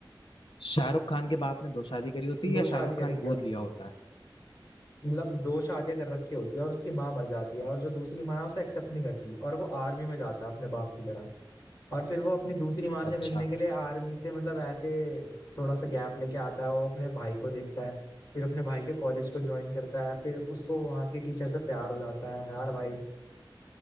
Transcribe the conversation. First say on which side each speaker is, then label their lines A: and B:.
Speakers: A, on the left; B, on the left.
A: शाहरुख खान के बाप ने दो शादी करी होती है
B: दो
A: या
B: शादी
A: शाहरुख
B: कर
A: खान
B: रखी
A: गोद
B: है
A: लिया होता है
B: मतलब दो शादियां कर रखी होती है और उसकी माँ मर जाती है और जो दूसरी माँ है उसे एक्सेप्ट नहीं करती और वो आर्मी में जाता है अपने बाप की तरह और फिर वो अपनी दूसरी माँ से
A: अच्छा
B: मिलने के लिए आर्मी से मतलब ऐसे थोड़ा सा गैप लेके आता है वो अपने भाई को देखता है फिर अपने भाई के कॉलेज को ज्वाइन करता है फिर उसको वहाँ के टीचर से प्यार हो जाता है यार भाई